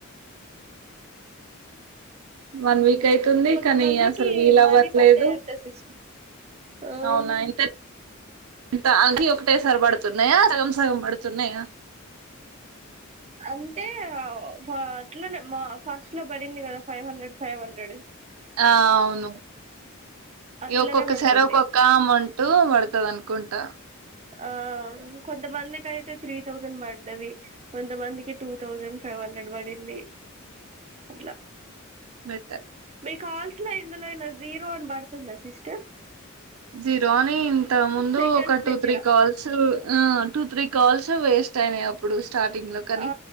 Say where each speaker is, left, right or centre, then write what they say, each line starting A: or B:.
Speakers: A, on the right; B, on the right.
A: వన్ వీక్ అవుతుంది
B: కొంతమందికి
A: కానీ అసలు వీలు అవ్వట్లేదు
B: మనీ పడ్డాయంట సిస్టర్ ఆ
A: అవునా ఎంత ఎంత అన్ని ఒకటేసారి పడుతున్నాయా సగం సగం పడుతున్నాయా
B: అంటే ఆ అట్లానే ఫస్ట్ లో పడింది కదా ఫైవ్ హండ్రెడ్ ఫైవ్ హండ్రెడ్
A: ఆ అవును
B: అట్లనే
A: ఒక్కొక్కసారి
B: పడుతుంది
A: ఒక్కో అమౌంట్ పడుతంది అనుకుంటా
B: ఆ కొంతమందికి అయితే త్రీ థౌసండ్ పడ్డది కొంతమందికి టూ థౌజండ్ ఫైవ్ హండ్రెడ్ పడింది అట్లా
A: బెటర్
B: మీ కల్స్ లో ఎందులోఅయినా జీరో అని పడుతుందా సిస్టర్
A: జీరో అని ఇంత ముందు
B: సెకండ్స్
A: ఒక టూ
B: దగ్గర
A: త్రీ కాల్స్ ఆ టూ త్రీ కాల్స్ వేస్ట్ అయినాయి అప్పుడు స్టార్టింగ్ లో కానీ
B: ఆ